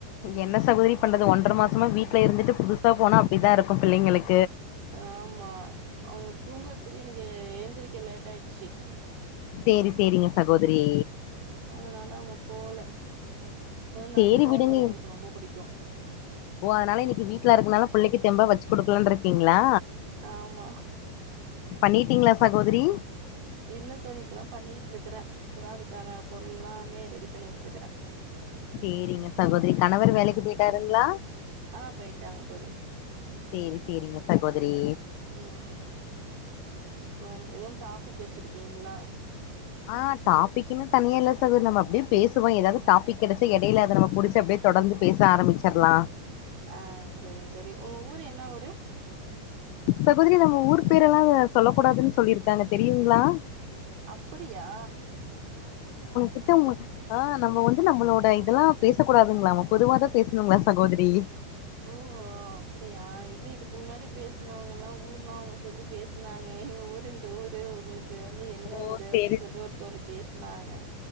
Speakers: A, on the left (about 85°); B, on the right (about 90°).
A: என்ன சகோதரி பண்றது ஒன்ற மாசமா வீட்ல இருந்துட்டு புதுசா போனா இதான் இருக்கும் பிள்ளைங்களுக்கு
B: ஆமா அவுங்க தூங்குறதுக்கு இன்னைக்கு ஏந்திரிக்க லேட்டா ஆயிடுச்சு
A: சேரி சேரிங்க சகோதரி
B: அதனால அவுங்க போல நண்டு
A: சேரி
B: குழம்பு
A: விடுங்க
B: அவுங்களுக்கு ரொம்ப பிடிக்கும்
A: ஓ அதனால இன்னைக்கு வீட்ல இருக்கனால பிள்ளைக்கு தெம்பா வச்சு கொடுக்கலாம்னு இருக்கீங்க களா
B: ஆமா
A: பண்ணிட் <unintelligible> டிங்களங்களா சகோதரி
B: இல்ல தோழி இப்பதான் பண்ணிட்டு இருக்கறேன் இப்பதான் அதுக்கான பொருள் எல்லாமே ரெடி பண்ணிட்டு இருக்கறேன்
A: சேரிங்க சகோதரி கணவர் வேலைக்கு போயிட்டாருங்களா
B: ஆஹ போயிட்டாங்க தோழி
A: சேரி சேரிங்க சகோதரி
B: உம் அப்றம் எதவும் டாப்பிக் வச்சிருக்கீங்களா
A: ஆஹ டாபிக்ன்னு தனியா இல்ல சகோ நம்ம அப்டியே பேசுவோம் ஏதாவது டாப்பிக் கிடைச்சா இடையில அதை நம்ம புடிச்சு அப்டியே தொடர்ந்து பேச ஆரம்பிச்சிடலாம்
B: ஆ சரிங்க தோழி உங்க ஊர் என்ன ஊரு
A: சகோதரி நம்ம ஊர் பேரெல்லாம் சொல்ல கூடாதுன்னு சொல்லியிருக்காங்க தெரியுங்களா
B: அப்படியா
A: கிட்ட ஆஹ நம்ம வந்து நம்மளோட இதெல்லாம் பேச கூடாதுங்களாம் பொதுவாதான் பேசணுங்களா சகோதரி
B: ஓ அப்படியா இல்ல இதுக்கு முன்னாடி பேசுனவங்கல்லாம் ஊர்லாம் அவுங்க சொல்லி பேசுனாங்க எங்க ஊரு இந்த ஊரு உங்களுக் கு வந்து என்ன
A: ஓ
B: ஊரு
A: சேரி
B: அப்டின்னு சொல்லிட்டு ஒருத்தர் பேசுனாங்க